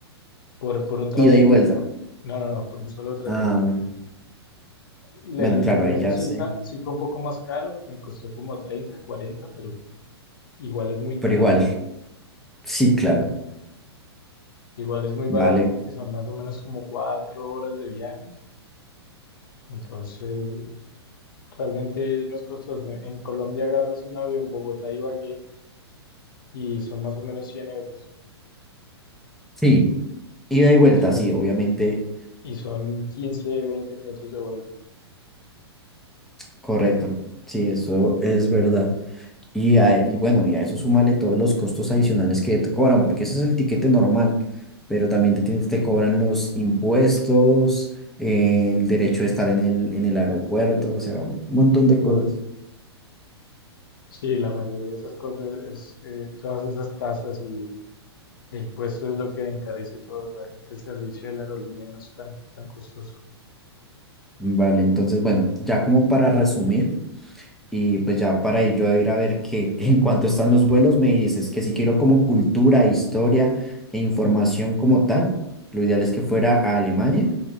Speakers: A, on the left (about 55°); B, in the centre.
A: por, por un trayecto,
B: Ida y vuelta.
A: ¿no? No, no, no, por un solo trayecto.
B: Ah, bueno,
A: El
B: Bueno,
A: el
B: claro,
A: regreso
B: ahí ya
A: sí,
B: sé.
A: sa- sí fue un poco más caro, me costó como 30, 40, pero igual es muy barato.
B: Pero igual, sí, claro,
A: Igual es muy
B: vale.
A: barato porque son más o menos como cuatro horas de viaje. Entonces, realmente no es costoso. En Colombia agarras un avión Bogotá-Ibagué y son más o menos 100 euros
B: Sí, ida y vuelta,
A: y son,
B: sí, obviamente,
A: y son 15 20 minutos de vuelo.
B: correcto. Sí, eso es verdad. Y, a- y bueno, y a eso súmale todos los costos adicionales que te cobran, porque ese es el tiquete normal, pero también te, tienes- te cobran los impuestos, eh, el derecho de estar en el, en el aeropuerto, o sea, un montón de cosas.
A: Sí, la mayoría de esas cosas es eh, todas esas tasas y el puesto es lo que encarece todo. Realmente el servicio de la aerolínea no es tan, tan costoso.
B: Vale, entonces, bueno, ya como para resumir, y pues ya para ir yo a ir a ver qué <laughs> en cuanto están los vuelos, me dices que si quiero como cultura, historia e información como tal, lo ideal es que fuera a Alemania,